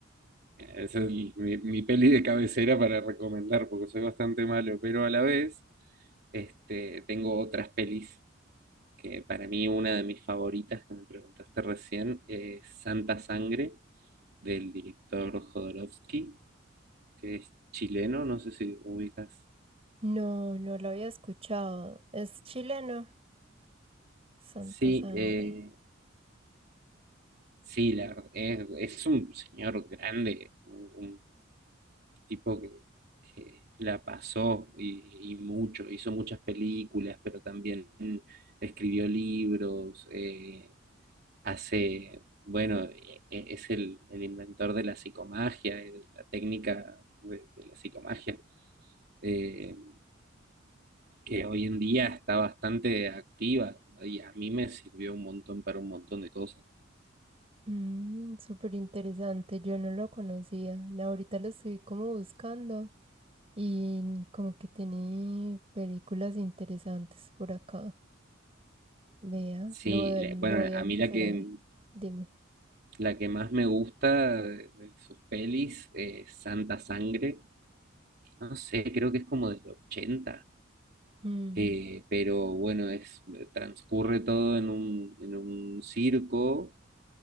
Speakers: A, on the right; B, on the right.
A: Esa es mi, mi peli de cabecera para recomendar, porque soy bastante malo, pero a la vez este, tengo otras pelis que para mí una de mis favoritas, que me preguntaste recién, es Santa Sangre, del director Jodorowsky, que es chileno, no sé si ubicas.
B: No, no lo había escuchado. Es chileno. Santa
A: Sí,
B: Sangre.
A: eh, sí, la, ver- es, es un señor grande, un, un tipo que La pasó y, y mucho, hizo muchas películas, pero también escribió libros, eh, hace, bueno, e- e- es el, el inventor de la psicomagia, eh, de la técnica de, de la psicomagia, eh, que hoy en día está bastante activa ¿no? y a mí me sirvió un montón para un montón de cosas.
B: Mm, súper interesante. Yo no lo conocía. No, Ahorita lo estoy como buscando y como que tiene películas interesantes por acá. Vea,
A: Sí,
B: lo,
A: le-
B: lo
A: bueno,
B: voy
A: a
B: a empezar
A: mí la que,
B: a ver. Dime.
A: la que más me gusta de de sus pelis es Santa Sangre no sé, creo que es como del ochenta
B: Mm,
A: eh, pero bueno, es, transcurre todo en un, en un circo